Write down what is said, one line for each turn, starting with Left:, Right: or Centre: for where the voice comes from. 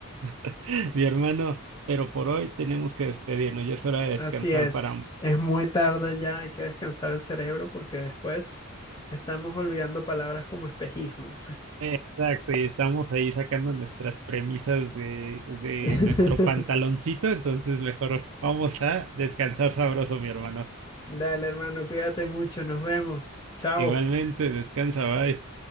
Right: <laughs> mi hermano, pero por hoy tenemos que despedirnos, ya es hora de descansar
Left: Así es,
Right: para ambos.
Left: es muy tarde ya, hay que descansar el cerebro porque después estamos olvidando palabras como espejismo.
Right: Exacto, y estamos ahí sacando nuestras premisas de, de
Left: <laughs>
Right: nuestro pantaloncito, entonces mejor vamos a descansar sabroso, mi hermano.
Left: Dale, hermano, cuídate mucho, nos vemos. Chao.
Right: Igualmente, descansa, bye.